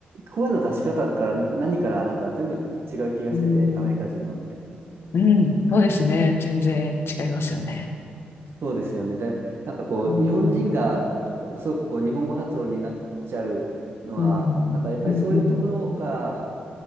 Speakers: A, on the right; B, on the left.
A: 声の出し方から何から、なんか全部違う気がしてて、
B: うん。
A: アメリカ人のって。
B: うん。そうですね。全然違いますよね。
A: そうですよね。で、なんかこう、
B: うん。
A: 日本人が、すごくこう、日本語発音になっちゃうのは、
B: うん。
A: なんかやっぱりそういうところが、
B: うん。うん。